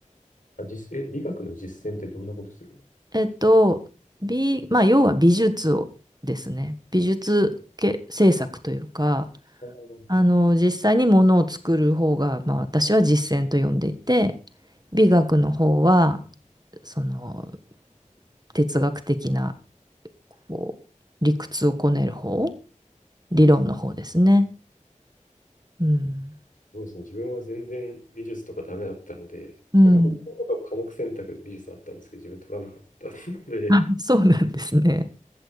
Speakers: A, on the left; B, on the right.
A: あ、実、え、美学の実践ってどんなことするんですか
B: えっと、美、まあ、要は美術をですね、美術系制作というか、
A: ああ、す
B: あの、実際にものを作る方が、まあ、私は実践と呼んでいて、美学の方は、その哲学的な、こう、理屈をこねる方、理論の方ですね。うん。
A: ごいですね。自分は全然美術とかダメだったので、
B: うん。
A: 高校とかも科目選択で美術あったんですけど、自分取らなかったので、
B: <laughs> あ、そうなんですね。